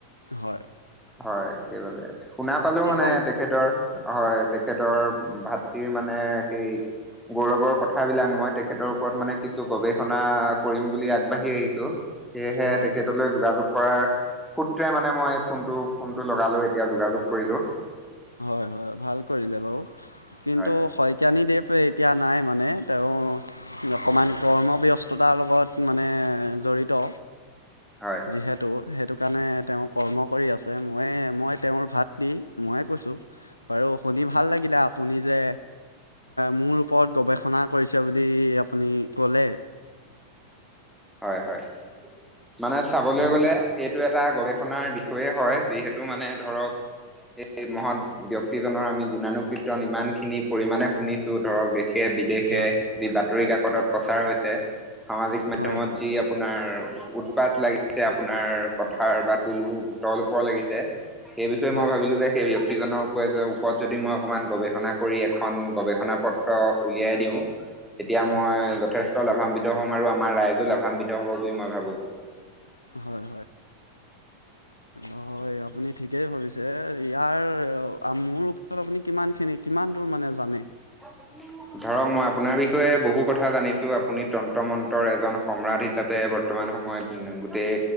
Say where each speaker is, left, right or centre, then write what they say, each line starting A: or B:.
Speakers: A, on the left; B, in the centre.
A: হয়।
B: হয়, সেইবাবে শুনা পালোঁ
A: এই
B: মানে
A: শইক
B: তেখেতৰ হয়, তেখেতৰ ভাতৰ মানে সেই গৌৰৱৰ কথাবিলাক মই তেখেতৰ ওপৰত মানে কিছু গৱেষণা কৰিম বুলি আগবাঢ়ি আহিছোঁ। সেয়েহে
A: হয়
B: তেখেতলৈ যোগাযোগ কৰাৰ সূত্ৰে মানে মই ফোনটো ফোনটো লগালো এতিয়া যোগাযোগ কৰিলোঁ।
A: হয়, হয়, ভাল কৰিলে বাৰু কিন্তু
B: হয়
A: শই কীয়ানী দেৱ এতিয়া নাই মানে তেওঁ অকণমান কৰ্মব ব্যস্ততাৰ লগত মানে জড়িত।
B: হয়।
A: যিহেতু, সেইটো কাৰণে তেওঁ কৰ্ম কৰি আছে মইে মই তেওঁৰ ভাত দি ময়ে কৈছোঁ। বাৰু শুনি ভাল লাগিলে আপুনি যে মোৰ ওপৰত গৱেষণা কৰিছে বুলি আপুনি ক'লে।
B: হয়, হয়, মানে চাবলৈ
A: হয়
B: গ'লে এইটো এটা গৱেষণাৰ বিষয়ে হয়, যিহেতু মানে ধৰক এই মহত ব্য্য়ক্তিজনৰ আমি গুণানুকীৰ্তন ইমান খিনি পৰিমাণে শুনিছো ধৰক দেশে বিদেশে
A: হয়
B: যি বাতৰি কাকতত প্ৰচাৰ হৈছে। সামাজিক মাধ্যমত
A: হয় হয়
B: যি আপোনাৰ উৎপাত লাগিছে আপোনাৰ কথাৰ বা তুল তল-ওপৰ লাগিছে। সেই বিষয়ে
A: হয়
B: মই ভাবিলো যে সেই ব্যক্তিজনৰ ওপ ওপৰত যদি মই অকণমান গৱেষণা কৰি এখন গৱেষণা পত্ৰ উলিয়াই দিওঁ। তেতিয়া মই
A: হয়
B: যথেষ্ট লাভান্বিত হ'ম, আৰু আমাৰ ৰাইজো লাভান্বিত হ'ব বুলি মই ভাবোঁ।
A: হয়, হয়, আপুনি ঠিকেই ভাবিছে। ইয়াৰ মোৰ ওপৰত আপুনি কিমানখিনি কিমান দূৰ মানে জানে?
B: <unintelligible> ধৰক মই আপোনাৰ বিষয়ে বহু কথা জানিছো আপুনি তন্ত্ৰ-মন্তৰ এজন সম্ৰাট হিচাপে বৰ্তমান সময়ত গোটেই